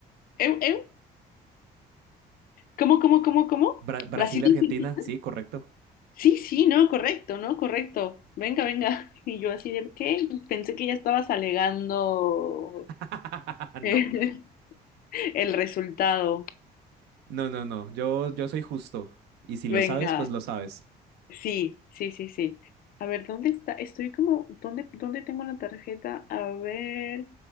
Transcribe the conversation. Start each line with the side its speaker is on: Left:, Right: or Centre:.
Left: ¿Eh, eh? ¿Cómo, cómo, cómo, cómo?
Right: Bra- Brasil
Left: Brasil
Right: y
Left: y
Right: Argentina,
Left: Argentina.
Right: sí, correcto.
Left: Sí, sí, no, correcto, no, correcto. Venga, venga. <laughs> Y yo así de, ¿qué? Pensé que ya estabas alegando
Right: <laughs> No,
Left: eh, <laughs> el resultado.
Right: no, no, no. Yo, yo soy justo. Y si lo
Left: Venga,
Right: sabes, pues lo sabes.
Left: sí, sí, sí, sí. A ver, ¿dónde está? Estoy como, ¿dónde, dónde tengo la tarjeta? A ver.